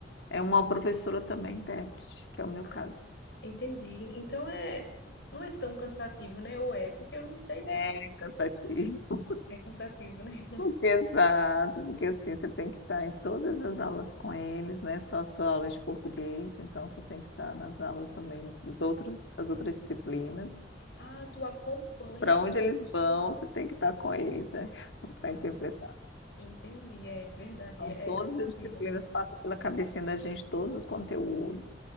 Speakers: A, on the left; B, on the left.
A: É uma professora também intérprete, que é o meu
B: Ah,
A: caso.
B: entendi. Então é. Não é tão cansativo, né? Ou é? Porque eu não sei, né?
A: É cansativo.
B: É cansativo, né? <laughs>
A: <laughs> Exato, porque assim, você tem que estar em todas as aulas com eles, não é só a sua aula de português, então você tem que estar nas aulas também dos outros, das outras disciplinas.
B: Ah, tu acompanha
A: Para onde
B: eles,
A: eles
B: né?
A: vão, você tem que estar com eles, né? <laughs> Para
B: Ah,
A: interpretar.
B: entendi. É verdade.
A: Então,
B: É
A: todas
B: é cansativo.
A: as disciplinas passam pela cabecinha da gente, todos os conteúdos.